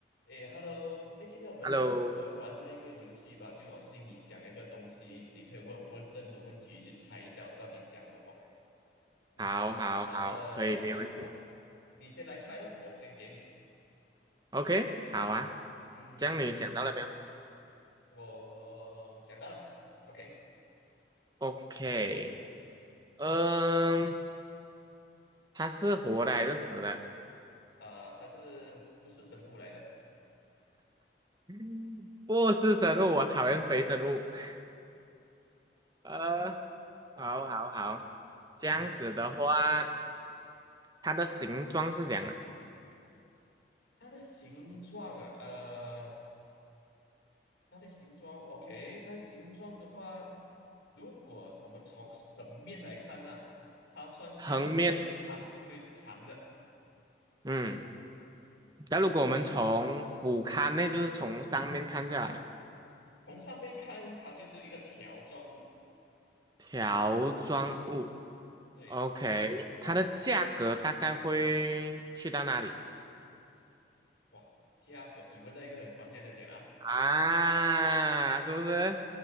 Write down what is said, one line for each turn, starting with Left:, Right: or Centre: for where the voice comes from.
Left: 诶 h e l l o 诶，今天我们玩玩那个游戏吧，
Right: Hello，OK，
Left: 就是我心里想一个东西，你可以问我问任何问题，去猜一下我到底想什么。嗯，
Right: 好，好，
Left: 然后呃，
Right: 好，可以，没问题。
Left: 我你先来猜咯，我先给你。
Right: OK，好啊，
Left: 嗯，
Right: 这样你想到了没有
Left: 我想到了，OK，
Right: ？OK，嗯，它是活的还是死的？
Left: 啊、它是不是生物来的？
Right: 嗯不是生物，我讨厌非生物。<laughs> 呃，好，好，好，这样子的话，
Left: 嗯，
Right: 它的形状是这样的，
Left: 它的形状啊，呃，它的形状，OK，它的形状的话，如果我们从横面来看呢、它算是一个比较长，
Right: 横面，
Left: 对，长的。
Right: 嗯，但如果我们从俯瞰呢，就是从上面看下来，
Left: 从上面看，它就是一个条状物。
Right: 条状物。
Left: 对，
Right: OK，它的价格大概会去到哪里
Left: 哇，价格，你问到一个很关键的点啊，
Right: 啊？是不是？